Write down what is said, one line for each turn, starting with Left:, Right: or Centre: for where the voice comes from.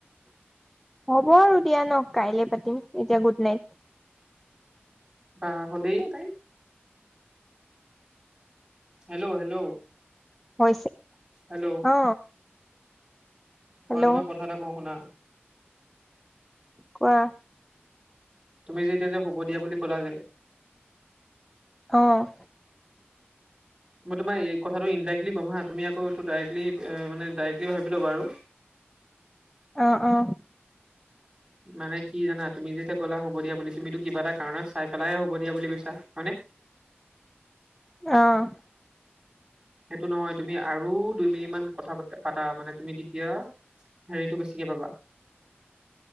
Centre: হ'ব আৰু দিয়া ন' কাইলে পাতিম এতিয়া গুড নাইট।
Right: বা হ'লেই নে হেল্ল হেল্ল
Centre: হৈছে
Right: হেল্ল'।
Centre: অ হেল্ল'
Right: অ' তোমাক কথা এটা কওঁ, শুনা।
Centre: কোৱা,
Right: তুমি যে এতিয়া যে শুব দিয়া বুলি ক'লা যে।
Centre: অ',
Right: মই তোমাৰ এইকথাটো ইনডাইৰেক্টলি ক'ম হা, তুমি আকৌ ডাইৰেক্টলি মানে ডাইৰেক্টলি ভাবি ল'বা আৰু।
Centre: অ', অ'।
Right: মানে কি জানা, তুমি যে এতিয়া ক'লা হ'ব দিয়া বুলি তুমিতো কিবা এটা কাৰণত চাই-পেলাইহে হ'ব দিয়া বুলি কৈছা, হয়নে?
Centre: অ',
Right: সেইটো নহয়, তুমি আৰু দুই মিনিট মান কথা পা-পাতা মানে, তুমি তেতিয়া হেৰিটো বেছিকে পাবা।